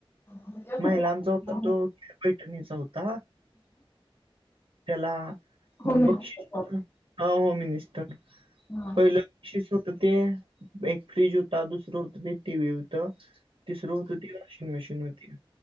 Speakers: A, on the left; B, on the right.
A: म्हणजे
B: <inaudible>
A: कुठला?
B: महिलांचा होता तो, तिजा पैठणीचा होता <inaudible> त्याला
A: होम
B: हं
A: मिनिस्टर.
B: बक्षीस हां होममिनिस्टर
A: हा
B: पहिलं <inaudible> शिस होत, ते एक फ्रीज हुता दुसरं हुत ते टीव्ही हुत तिसरं हुत ते शिंग मशीन हुती